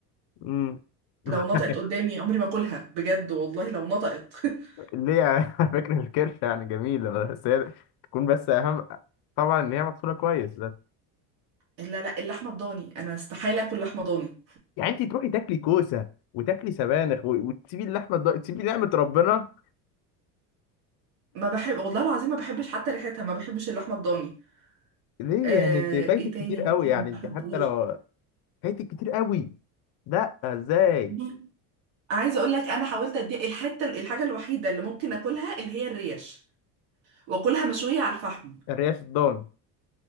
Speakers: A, on the left; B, on the right.
A: امم <laughs>
B: لو نطقت قدامي عمري ما اكلها بجد والله لو نطقت <laughs>
A: ليه يعني <laughs> على فكره الكرشه يعني جميله بس هي تكون بس اهم طبعا ان هي مغسوله كويس بس
B: لا لا اللحمه الضاني انا استحاله اكل لحمه ضاني
A: يعني انت تروحي تاكلي كوسه وتاكلي سبانخ و- وتسيبي اللحمه الض- تسيبي نعمه ربنا
B: <laughs> ما بحب والله العظيم ما بحبش حتى ريحتها ما بحبش اللحمه الضاني
A: ليه
B: آه...
A: يعني انت فايتك
B: ايه تاني
A: كتير
B: ممكن
A: قوي يعني
B: ما
A: انت
B: بحبوش
A: حتى لو فايتك كتير قوي لا ازاي
B: دي عايزه اقول لك انا حاولت ادي الحته الحاجه الوحيده اللي ممكن اكلها اللي هي الريش واكلها مشويه على الفحم
A: الريش الضان